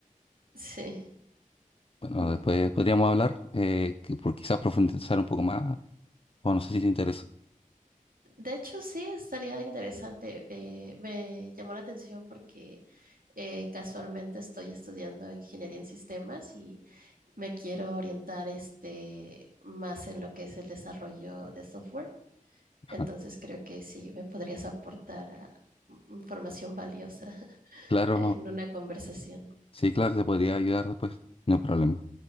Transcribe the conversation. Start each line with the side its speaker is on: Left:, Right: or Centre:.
Right: sí.
Left: Bueno,
Right: Mm,
Left: después podríamos hablar, eh, que por quizás profundizar un poco más, o no sé si te interesa.
Right: De hecho, sí, estaría interesante. eh, me llamó la atención porque eh, casualmente estoy estudiando ingeniería en sistemas y me quiero orientar este, más en lo que es el desarrollo de software. Entonces
Left: Ajá.
Right: creo que sí me podrías aportar ah, información valiosa <laughs>
Left: Claro,
Right: en una conversación.
Left: sí, claro, te podría ayudar después, no hay problema.